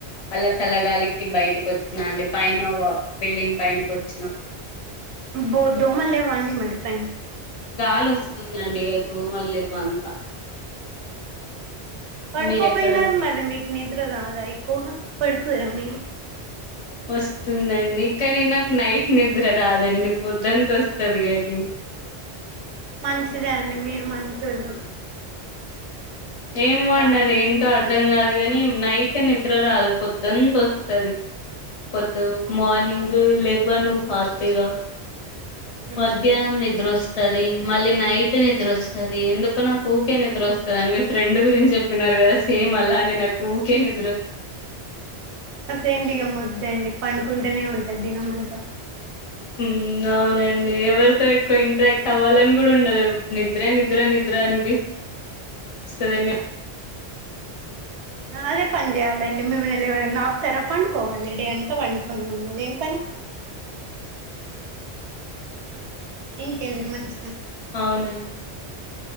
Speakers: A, on the left; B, on the right.
A: చల్ల చల్ల గాలికి బయిటక్కోచ్చిన అండి పైన ఓ బిల్డింగ్ పైైనకోచ్చిన.
B: అబ్బో దోమల్ లేవండి మరి పైన.
A: గాలి వస్తుందండి ఇగ దోమల్లేవు అంత.
B: పడుకోపోయినార్
A: మీరెక్కడ
B: మరి మీ. నిద్ర రాద ఎక్కువగా పడుకోరా మీరు.
A: వోస్తుందండి కానీ నాక్ నైట్ నిద్ర రాదండి పొద్దాంత ఒస్తది గని.
B: మంచిదే అండి మీరు మంచోళ్ళు.
A: ఏమో
B: బానే
A: అండి అద ఏంటో అర్ధం గాదు గని నైట్ నిద్ర రాదు పొద్దాంత ఓస్తది. పొత్తు
B: అవునా
A: మార్నింగు
B: అండి.
A: లెవ్వను ఫాస్ట్గా.
B: ఉహు
A: మధ్యాహ్నం నిద్రోస్తది మళ్ళీ నైట్ నిద్రోస్తది ఎందుకో నాకు ఊకె నిద్రోస్తా. వస్తదని మీ ఫ్రెండ్ గురించి జేప్పినారు గదా సేమ్ అలానే నక్. ఊకె నీ.
B: ఫ్రెండ్ ఇగా మొడ్డండి పండుకుంటేనే ఉంటది దిన మంత.
A: ఉమ్ అవునండి ఎవరితో ఎక్కువ ఇంటరాక్ట్ అవ్వాలని గుడా ఉండదెం నిద్రే నిద్రే నిద్ర అనిపిస్త. వస్తదేన్నే.
B: అదే పని చేయాలండి మిమ్మల్నిఎవరన్నాప్తారా పండుకోవాలే డే అంతా పండుకొని ఉండాలే ఏం పని. ఇంకేంది మంచిగా.
A: అవునండి.